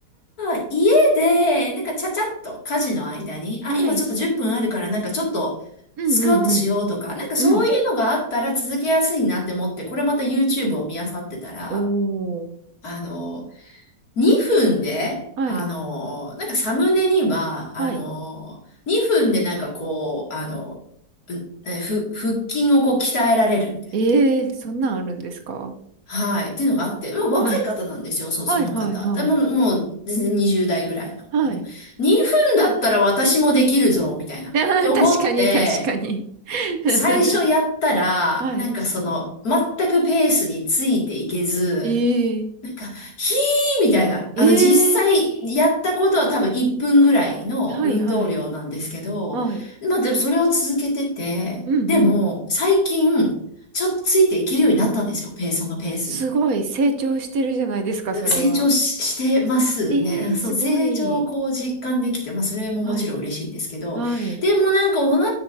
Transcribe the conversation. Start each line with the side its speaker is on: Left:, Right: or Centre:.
Left: か、家で、なんかちゃちゃっと家事の間に、あ、
Right: はい。
Left: 今ちょっと10分あるから、なんかちょっと、
Right: うんうん
Left: スクワットしようとか、なんかそういうのがあったら続けやすいなって思って、
Right: うん。うん。
Left: これまた YouTube を見漁ってたら、
Right: おー。
Left: あの、2分で、
Right: はい。
Left: あのー、なんかサムネには、
Right: はい。
Left: あのー、2分でなんかこう、あの、うえふ、腹筋をこう鍛えられるみたいな。
Right: ええー、そんなんあるんですか
Left: はい。っていうのがあって、もう若い方なんですよ、
Right: はい。
Left: そ、
Right: はいはいはい。
Left: その方。でも、もう全然20代ぐらいの。
Right: はい。
Left: でも2分だったら私もできるぞ、みたいな。
Right: <laughs>
Left: って思って、
Right: あー確かに確かに。
Left: 最初やったら、
Right: <laughs> はい。
Left: なんかその、全くペースについていけず、
Right: ええー。
Left: なんか、ひーみたいな。
Right: ええ
Left: あの、実際やったことは多分1分ぐらいの運動量なんですけど、
Right: ー。はいはい。はい。
Left: まあでもそれを続けてて、
Right: うんうん
Left: でも最近、ちょっとついていけるようになったんですよ、ペース、そのペースに。
Right: すごい成長してるじゃないですか、それは。
Left: 成長し、してますね。
Right: ええー、
Left: なんかそう、
Right: すごい。
Left: 成長をこう実感できて、まあそれももちろん嬉しいんですけど、
Right: はい。はい。
Left: でもなんかお腹